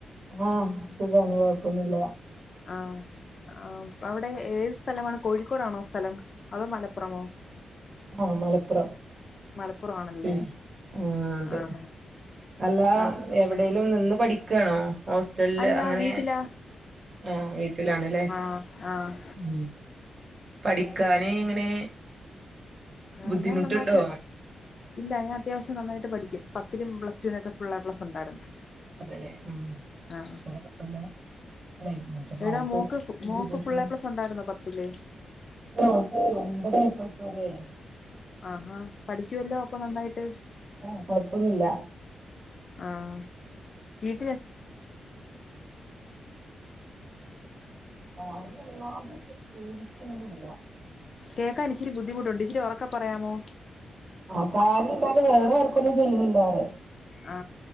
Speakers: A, on the right; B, on the left.
A: ഓഹ് സുഖാണ് കൊഴപ്പൊന്നുല്ല
B: ആ ആഹ് അവിടെ ഏത് സ്ഥലമാണ് കോഴിക്കോടാണോ സ്ഥലം അതോ മലപ്പുറമോ?
A: ആഹ് മലപ്പുറം
B: മലപ്പുറം ആണല്ലേ
A: പി ആഹ് അതെ
B: ആഹ്
A: അല്ലാ
B: ആഹ്
A: എവിടേലും നിന്ന് പഠി ക്കാണോ? ഹോസ്റ്റലില്
B: അല്ല
A: അങ്ങനെ
B: വീട്ടിലാ
A: ആഹ് വീട്ടിലാണല്ലേ
B: ആഹ് ആഹ്
A: ഉം പഠിക്കാന് എങ്ങനെ
B: ആ
A: ബുദ്ധിമുട്ടുണ്ടോ
B: ഞാൻ നന്നായിട്ട് ഇല്ല ഞാൻ അത്യാവശ്യം നന്നായിട്ട് പഠിക്കും പത്തിനും പ്ലസ് ടുവിനൊക്കെ ഫുള്ള് എ പ്ലസ് ഉണ്ടായിരുന്നു
A: അതെലേ ഉം
B: ആഹ്
A: <unintelligible> അല്ല ന്നത്തെ കാലത്ത്
B: എടാ mock
A: <unintelligible>
B: mock full A plus ഉണ്ടായിരുന്നോ പത്തില്
A: ഒമ്പത് എ പ്ലസ് ഒര് എ
B: ആഹാ പഠിക്കുവല്ലോ അപ്പൊ നന്നായിട്ട്
A: ആഹ് കൊഴപ്പൊന്നുല്ല.
B: !!!!!!!!!!
A: !!!!!!!!!!
B: കേൾക്കാനിച്ചിരി ബുദ്ധിമുട്ടുണ്ട് ഇച്ചിരി ഒറക്കെ പറയാമോ?
A: !!!!!!!!!!
B: ആ